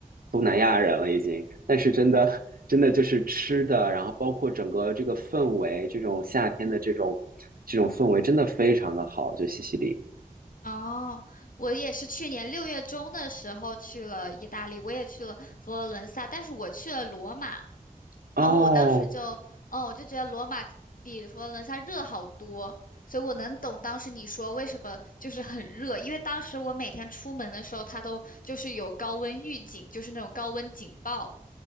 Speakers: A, on the right; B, on the left.
A: 东南亚人了已经。但是真的 <laughs>，真的就是吃的，然后包括整个这个氛围，这种夏天的这种这种氛围，真的非常的好，就西西里。
B: 哦，我也是去年六月中的时候去了意大利，我也去了佛罗伦萨，但是我去了罗马。
A: 哦，
B: 然后我当时就，哦，我就觉得罗马比佛罗伦萨热好多，所以我能懂当时你说为什么就是很热，因为当时我每天出门的时候，它都就是有高温预警，就是那种高温警报，